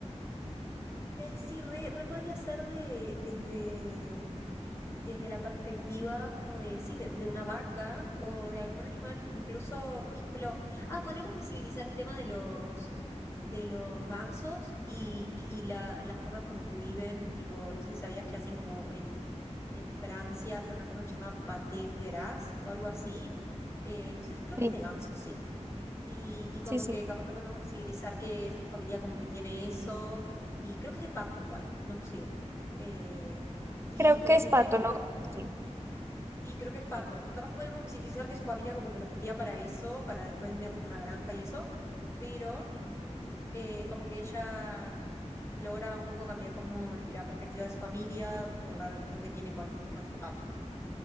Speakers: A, on the left; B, on the right.
A: Ey, sí, re, re podría ser de, desde, desde la perspectiva como de, sí, de, de una vaca o de algún animal, incluso, por ejemplo, ah, podríamos visibilizar el tema de los, de los gansos y, y la- las cosas como que viven, tipo, no sé si sabías que hacen como en, en Francia, hacen una cosa que se llama pâté gras o algo así, Eh, no sé, creo
B: Sí,
A: que es de gansos, sí. Y, y como
B: sí, sí.
A: que capaz que podemos visibilizar que su familia como que tiene eso, y creo que es de pato igual, no sé. Eh, y
B: Creo
A: como
B: que
A: si
B: es
A: estoy
B: pato,
A: capaz
B: ¿no?
A: que
B: Sí.
A: Sí, creo que es pato. Y capaz que podríamos visibilizar que su familia como que los cría para eso, para después enviarlos a una granja y eso, pero eh, como que ella logra un poco cambiar como la perspectiva de su familia por la relación que tiene con, con ese pato,